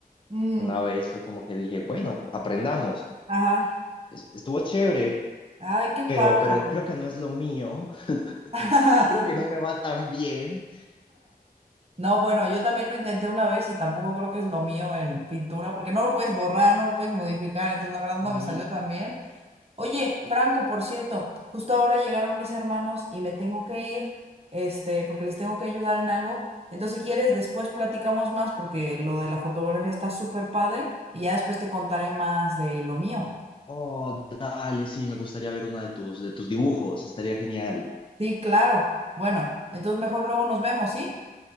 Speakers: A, on the right; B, on the left.
A: Mm,
B: Una vez fue como que dije, bueno, aprendamos,
A: ajá,
B: Es- estuvo chévere,
A: ay, qué padre.
B: pero, pero creo que no es lo mío,
A: <laughs>
B: <laughs> creo que no me va tan bien.
A: No, bueno, yo también lo intenté una vez y tampoco creo que es lo mío en pintura, porque no lo puedes borrar, no lo puedes modificar, entonces la verdad no
B: Y,
A: me salió tan bien. Oye, Franco, por cierto, justo ahora llegaron mis hermanos y me tengo que ir, este, porque les tengo que ayudar en algo. Entonces, si quieres, después platicamos más porque lo de la fotografía está súper padre y ya después te contaré más de lo mío.
B: oh, dale, sí, me gustaría ver una de tus, de tus dibujos, estaría genial.
A: Sí, claro. Bueno, entonces mejor luego nos vemos, ¿sí?